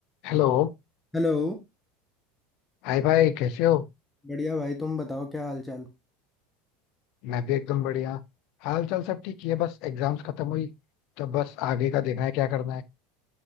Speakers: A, on the left (about 60°); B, in the centre.
A: Hello
B: Hello
A: Hi भाई कैसे हो
B: बढ़िया भाई तुम बताओ क्या हाल चाल
A: मैं भी एकदम बढ़िया हाल चाल सब ठीक ही है बस एग्जाम्स खत्म हुई तो बस आगे का देखना है क्या करना है